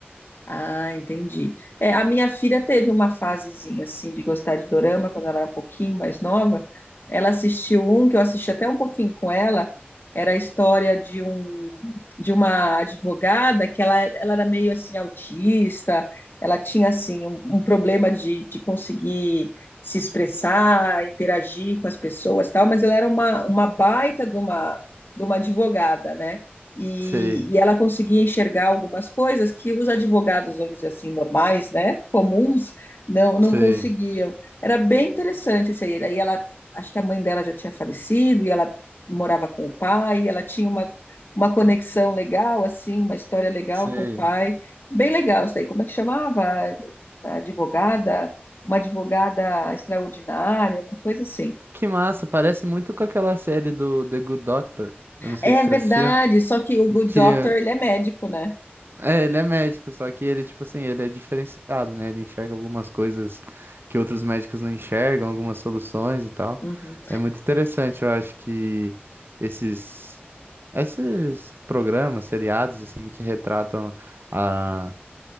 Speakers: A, on the left; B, on the right.
A: Ah, entendi. É, a minha filha teve uma fasezinha assim de gostar de dorama quando ela era um pouquinho mais nova. Ela assistiu um que eu assisti até um pouquinho com ela. Era a história de um de uma advogada que ela, ela era meio assim autista. Ela tinha assim um, um problema de, de conseguir se expressar, interagir com as pessoas, e tal. Mas ela era uma, uma baita de uma de uma advogada, né? e,
B: Sei,
A: e ela conseguia enxergar algumas coisas que os advogados, vamos dizer assim, normais, né, comuns, não, não
B: sei,
A: conseguiam. Era bem interessante isso aí. Aí ela, acho que a mãe dela já tinha falecido e ela morava com o pai, e ela tinha uma, uma conexão legal, assim, uma história legal
B: sei.
A: com o pai. Bem legal isso daí. Como é que chamava? A advogada, uma advogada extraordinária, uma coisa assim.
B: Que massa, parece muito com aquela série do The Good Doctor. Eu não sei
A: É
B: se
A: verdade,
B: você assistiu.
A: só que o Good
B: Que
A: Doctor, ele é médico, né?
B: é, ele é médico, só que ele, tipo assim, ele é diferenciado, né? Ele enxerga algumas coisas que outros médicos não enxergam, algumas soluções e tal.
A: Uhum.
B: É muito interessante, eu acho que esses, esses programas, seriados, assim, que retratam a